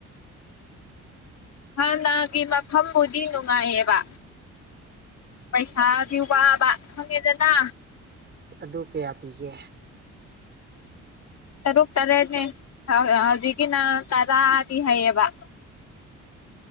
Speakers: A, on the left; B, on the right.
A: ꯍꯥꯟꯅꯒꯤ ꯃꯐꯝꯕꯨꯗꯤ ꯅꯨꯡꯉꯥꯏꯌꯦꯕ ꯄꯩꯁꯥꯒꯤ ꯋꯥꯕ ꯈꯪꯉꯦꯗꯅ
B: ꯑꯗꯨ ꯀꯌꯥ ꯄꯤꯒꯦ
A: ꯇꯔꯨꯛ ꯇꯔꯦꯠꯅꯦ ꯍꯧꯖꯤꯛꯀꯤꯅ ꯇꯔꯥꯗꯤ ꯍꯩꯌꯦꯕ꯫